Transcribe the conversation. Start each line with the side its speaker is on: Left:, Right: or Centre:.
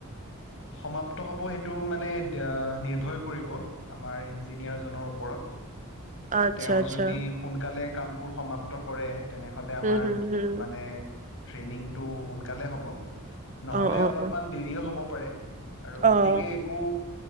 Left: সমাপ্ত হ'ব সেইটো মানে নিৰ্ভয় কৰিব আমাৰ ইঞ্জিনিয়াৰজনৰ ওপৰত।
Right: আচ্ছা
Left: তেওঁ
Right: আচ্ছা।
Left: যদি সোনকালে। কামবোৰ সমাপ্ত কৰে? তেনেহ'লে আমাৰ
Right: উম হুম হুম
Left: মানে। ট্ৰেইনিংটো সোনকালে হ'ব। নহলে
Right: অ' অ'
Left: অলপমান
Right: অ'
Left: দেৰিও হ'ব। পৰে আৰু
Right: অ'
Left: গতিকে একো।